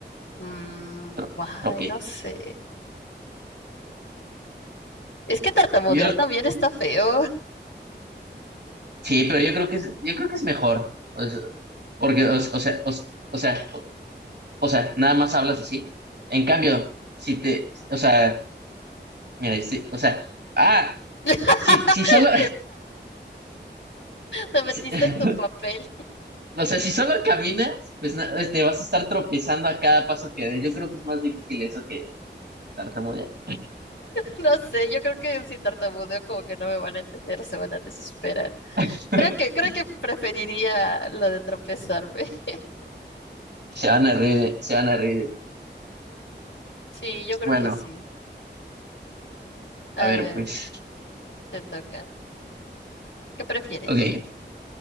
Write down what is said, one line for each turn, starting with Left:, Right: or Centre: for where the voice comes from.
Left: mm,
Right: tro-
Left: guay,
Right: tropiezo.
Left: no sé. Es que tartamudear
Right: Yo,
Left: también está feo.
Right: Sí, pero yo creo que es, yo creo que es mejor. O sea, porque, o, o sea, o, o sea, o, o sea, nada más hablas así. En cambio, si te, o sea, mira, sí, o sea, ah,
Left: <laughs>
Right: si, si solo,
Left: Te metiste
Right: <laughs> si- <laughs>
Left: en tu papel. <laughs>
Right: o sea, si solo caminas, pues na- eh, te vas a estar tropezando a cada paso que des. Yo creo que es más difícil eso que tartamudear.
Left: No sé, yo creo que si tartamudeo como que no me van a entender o se van a desesperar.
Right: <laughs>
Left: Creo que, creo que preferiría lo de tropezarme. <laughs>
Right: Se van a reír, de- se van a reír. de ti.
Left: Sí, yo creo
Right: Bueno,
Left: que sí. A
Right: a ver,
Left: ver,
Right: pues,
Left: te toca. ¿Qué prefieres?
Right: ok.